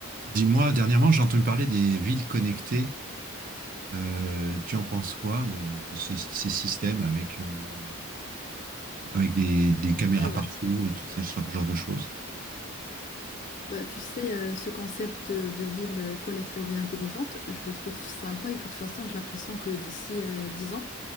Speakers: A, on the right; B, on the left.
A: Dis-moi, dernièrement, j'ai entendu parler des villes connectées. Euh, tu en penses quoi de, de ce- ces systèmes avec, euh, avec des, des caméras
B: Alors,
A: partout et tout ce ce genre de choses?
B: bah, tu sais, euh, ce concept euh, de ville euh, connectée ou bien intelligente, je le trouve sympa et de toute façon, j'ai l'impression que d'ici euh, 10 ans,